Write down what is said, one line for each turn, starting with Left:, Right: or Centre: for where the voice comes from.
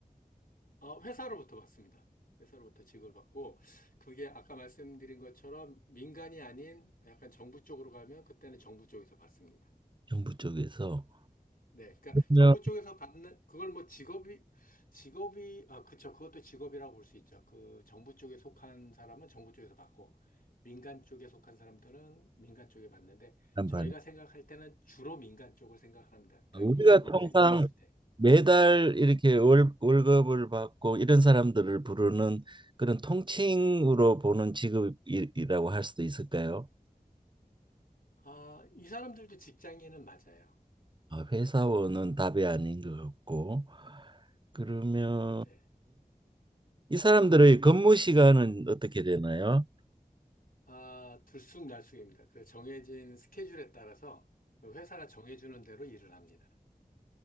Left: 어, 회사로부터 받습니다. 회사로부터 직을 받고, 그게 아까 말씀드린 것처럼 민간이 아닌 약간 정부 쪽으로 가면 그때는 정부 쪽에서 받습니다.
Right: 정부 쪽에서?
Left: 네, 그러니까
Right: 그러면
Left: 정부 쪽에서 받는 그걸 뭐 직업이 직업이 아 그쵸 그것도 직업이라고 볼 수 있죠. 그 정부 쪽에 속한 사람은 정부 쪽에서 받고 민간 쪽에 속한 사람들은 민간 쪽에 받는데
Right: 한반
Left: 저희가 생각할 때는 주로 민간 쪽을 생각 합니다. 딱
Right: 우리가
Left: 이 직업을
Right: 통상
Left: 생각했을 때.
Right: 매달 이렇게 월, 월급을 받고 이런 사람들을 부르는 그런 통칭으로 보는 직업이라고 할 수도 있을까요?
Left: 아, 이 사람들도 직장인은 맞아요.
Right: 아, 회사원은 답이 아닌 것 같고 그러면은
Left: 네,
Right: 이 사람들의 근무 시간은 어떻게 되나요?
Left: 아, 들쑥날쑥입니다. 그 정해진 스케줄에 따라서 그 회사가 정해주는 대로 일을 합니다.